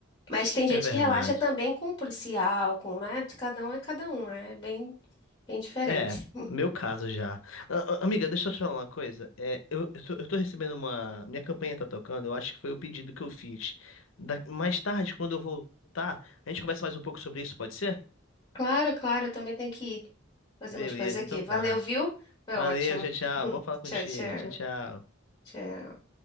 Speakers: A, on the left; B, on the left.
A: Mas tem gente
B: É verdade.
A: que relaxa também com o policial, com, né? Cada um é cada um, é bem, bem diferente.
B: É, meu caso já. A- a- Amiga, deixa eu te falar uma coisa. É, eu, eu tô, eu tô recebendo uma. Minha campanha tá tocando, eu acho que foi o pedido que eu fiz. Da- Mais tarde, quando eu voltar, a gente conversa mais um pouco sobre isso, pode ser?
A: Claro, claro, eu também tenho que ir fazer
B: Beleza,
A: umas coisas aqui.
B: então
A: Valeu,
B: tá.
A: viu? Foi
B: Valeu,
A: ótimo.
B: tchau, tchau. Bom falar contigo.
A: Tchau, tchau.
B: Tchau, tchau.
A: Tchau.